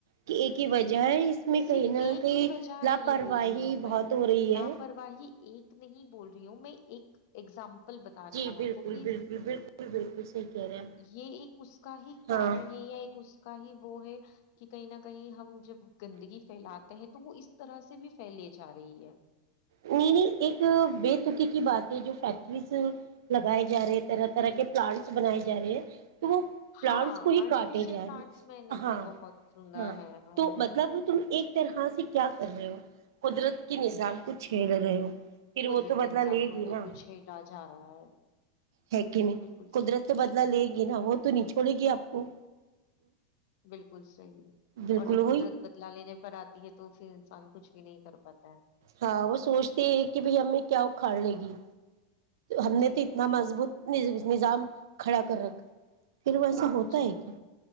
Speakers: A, on the right (about 70°); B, on the left (about 45°).
A: کہ ایک ہی وجہ ہے اس میں کہیں
B: صرف
A: نہ
B: ایک
A: کہیں
B: ہی وجہ
A: لاپرواہی
B: نہیں بول رہی ہوں
A: بہت
B: میں
A: ہو رہی
B: لاپرواہی
A: ہے
B: ایک نہیں بول رہی ہوں میں ایک ایگزامپل بتا رہی
A: جی
B: ہوں
A: بالکل
B: آپ کو کہ
A: بالکل بالکل بالکل صحیح کہہ رہے ہیں
B: یہ ایک اس کا ہی
A: ہاں
B: کارن ہے یا ایک اس کا ہی وہ ہے کہ کہیں نہ کہیں ہم جب گندگی فھیلاتے ہیں تو وہ اس طرح سے بھی پھیلے جا رہی ہے
A: نہیں نہیں ایک بےتکی کی بات ہے جو فیکٹریز لگائے جا رہے طرح طرح کے پلانٹس بنائے جا رہے ہیں تو وہ
B: ہاں
A: پلانٹس کو ہی
B: آرٹیفیشیل
A: کاٹے جائے
B: پلانٹس
A: گا
B: میں نے بھی
A: ہاں
B: بہت سنا
A: ہاں
B: ہے ہاں
A: تو مطلب تم ایک طرح سے کیا کر رہے ہو قدرت کے نظام کچھ چھیل رہ پھر
B: قدرت
A: وہ تو بدلا
B: کے نظام
A: لے
B: کو
A: گی
B: بالکل
A: نا
B: چھیڑا جا رہا ہے
A: ہے کہ نہیں
B: بالکل
A: قدرت
B: صحیح
A: تو بدلا لے گی نا وہ تو نہیں چھوڑے گی آپ آک کو
B: بالکل صحیح
A: بالکل
B: اور جب
A: وہی
B: قدرت بدلا لینے پر آتی ہے تو پھر انسان کچھ بھی نہیں کر پاتا ہے
A: ہاں وہ سوچتے ہیں کہ بھائی ہمیں کیا اکھاڑ لے گی ہم نے
B: جی
A: تو
B: جی
A: اتنا مضبوط نہیں نظام کھڑا کر رکھ پھر وہ ایسا
B: جی
A: ہوتا ہے کہ